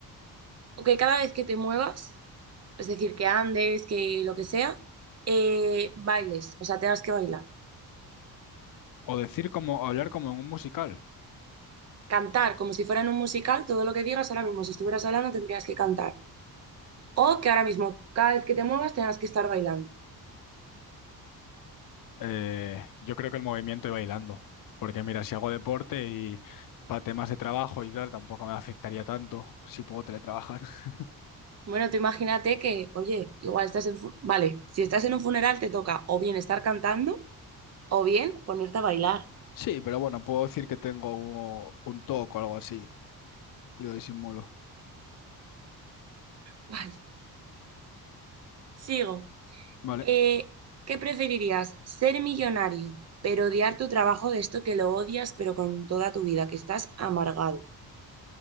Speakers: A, on the right; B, on the left.
A: o que cada vez que te muevas, es decir, que andes, que lo que sea, eh, bailes, o sea, tengas que bailar?
B: O decir como, o hablar como en un musical.
A: Cantar como si fuera en un musical, todo lo que digas ahora mismo, si estuvieras hablando, tendrías que cantar. O que ahora mismo, cada vez que te muevas, tengas que estar bailando.
B: Eh, yo creo que el movimiento y bailando. Porque mira, si hago deporte y para temas de trabajo y tal, tampoco me afectaría tanto si puedo teletrabajar. <laughs>
A: Bueno, tú imagínate que, oye, igual estás en... fu- Vale, si estás en un funeral te toca o bien estar cantando o bien ponerte a bailar.
B: Sí, pero bueno, puedo decir que tengo un, un TOC o algo así y lo disimulo.
A: Vale, sigo.
B: Vale,
A: Eh, ¿qué preferirías? ¿Ser millonario, pero odiar tu trabajo de esto que lo odias, pero con toda tu vida, que estás amargado?